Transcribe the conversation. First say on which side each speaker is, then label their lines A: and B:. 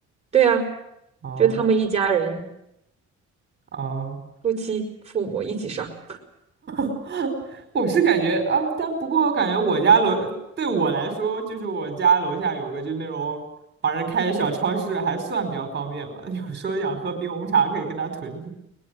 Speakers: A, on the right (about 20°); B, on the right (about 35°).
A: 对呀、
B: 哦
A: 就他们一家人，
B: 哦，
A: 夫妻、父母一起上。
B: <laughs> 我是感觉哦，但不过我感觉我家楼对我来说，就是我家楼下有个就那种华人开的小超市，还算比较方便吧。<laughs> 有时候想喝冰红茶，可以跟他囤。